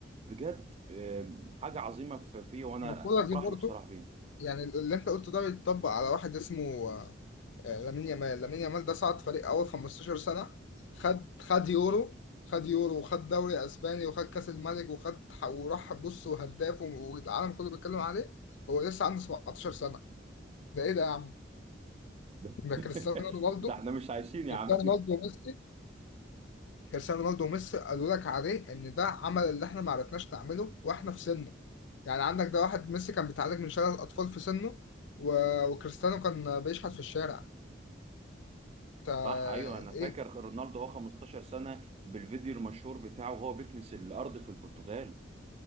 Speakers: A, on the right; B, on the left.
A: بجد آم، حاجه عظيمه في- فيه وانا
B: الكوره
A: افرح
B: دي برضه
A: له بصراحه بيه
B: يعني اللي انت قلته ده بيتطبق على واحد اسمه آه، لامين يامال لامين يامال ده صعد فريق اول 15 سنة خد خد يورو خد يورو وخد دوري اسباني وخد كاس الملك وخد ح- وراح بص وهداف وم- والعالم كله بيتكلم عليه هو لسه عنده 17 سنة ده ايه ده يا عم
A: ده
B: ده
A: <laughs>
B: كريستيانو رونالدو
A: ده احنا مش عايشين يا
B: كريستيانو
A: عم
B: رونالدو وميسي كريستيانو رونالدو وميسي قالوا لك عليه ان ده عمل اللي احنا ما عرفناش نعمله واحنا في سنه يعني عندك ده واحد ميسي كان بيتعالج من شلل الاطفال في سنه و... وكريستيانو كان بيشحت في الشارع تا-
A: صح ايوه انا فاكر
B: ايه
A: رونالدو هو 15 سنه بالفيديو المشهور بتاعه وهو بيكنس الارض في البرتغال